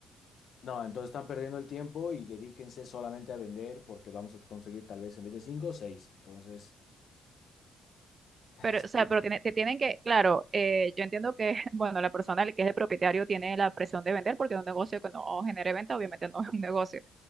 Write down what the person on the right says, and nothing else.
Pero, o sea,
pero tiene- te tienen que, claro, eh, yo entiendo que, <laughs> bueno, la persona que es el propietario tiene la presión de vender porque un negocio que no genere venta, obviamente no es un negocio.